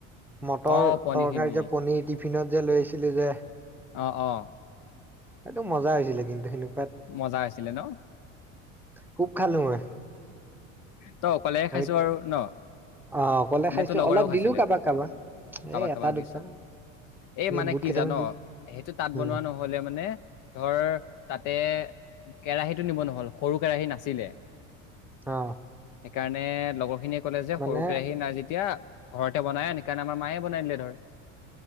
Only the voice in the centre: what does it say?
মটৰ
তৰকাৰী
যে পনিৰ টিফিনত যে লৈ আহিছিলি যে।
সেইটো মজা হৈছিলে কিন্তু হ'লেও।
খুব খালো মই।
আমি
অ', অকলে
খাইছো
অলপ
দিলো কাৰোবাক কাৰোবাক এ'
এটা
দুটা।
এনে
বুট
কেইটামান
দি
উম
অ',।
মানে